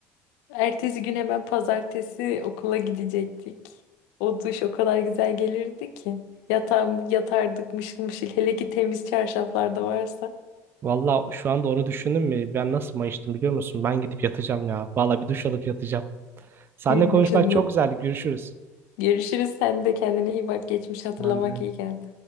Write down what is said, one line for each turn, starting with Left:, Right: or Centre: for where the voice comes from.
Left: Ertesi gün hemen pazartesi okula gidecektik. O duş o kadar güzel gelirdi ki. Yatağım, yatardık mışıl mışıl hele ki temiz çarşaflar da varsa.
Right: Valla şu anda onu düşündüm mü? Ben nasıl mayıştım biliyor musun? Ben gidip yatacağım ya. Valla bir duş alıp yatacağım. Seninle
Left: İyi
Right: konuşmak
Left: düşündün.
Right: çok güzeldi. Görüşürüz.
Left: Görüşürüz sen de kendine iyi bak geçmiş hatırlamak
Right: Ben de.
Left: iyi geldi.